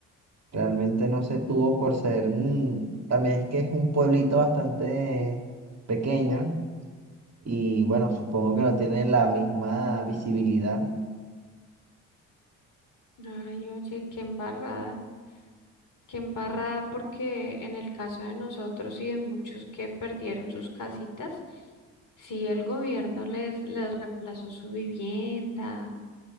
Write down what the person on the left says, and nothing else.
Mm.
Ay, oye, qué embarrada. Qué embarrada porque en el caso de nosotros y de muchos que perdieron sus casitas, sí, el gobierno les, les reemplazó su vivienda.